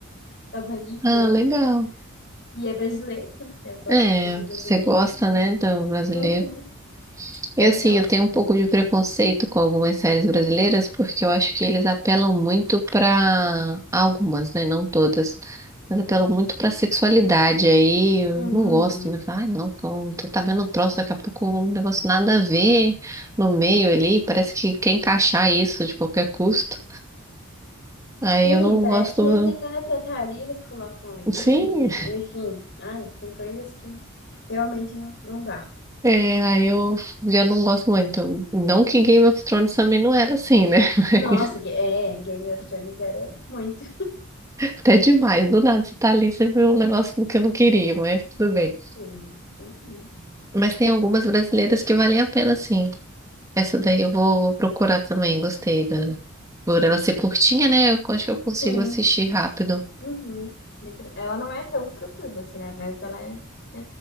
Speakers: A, on the left; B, on the right.
A: Tava ali pronta.
B: Ah, legal.
A: E é brasileira, né? Eu gosto
B: É,
A: de coisas brasileiras,
B: você gosta,
A: então...
B: né, do brasileiro?
A: Uhum.
B: Eu
A: Bem legal
B: sim, eu
A: essa
B: tenho
A: também.
B: um pouco de preconceito com algumas séries brasileiras, porque eu acho que eles apelam muito para algumas, né? Não todas, mas apelam muito para sexualidade. Aí eu
A: Uhum.
B: não gosto, né? Falo, Ai, não, como você tá vendo o troço, daqui a pouco um negócio nada a ver no meio ali, parece que quer encaixar isso de qualquer custo. Aí
A: Sim,
B: eu não
A: parece
B: gosto.
A: que nem dele era pra estar ali, eles colocam ali,
B: Sim,
A: enfim. Ai, tem coisas que realmente não, não dá.
B: é, aí eu já não gosto muito. Não que Game of Thrones também não era assim, né? <laughs>
A: Nossa, ga- é, Game of Thrones era muito.
B: Até demais, do nada você tá ali, você viu um negócio que eu não queria, mas tudo bem.
A: Sim. Uhum.
B: Mas tem algumas brasileiras que valem a pena, sim. Essa daí eu vou, vou procurar também, gostei dela. Por ela ser curtinha, né? Eu acho que eu consigo
A: Sim.
B: assistir rápido.
A: Uhum. Me tra- Ela não é tão tranquila assim, né? Mas ela é, é,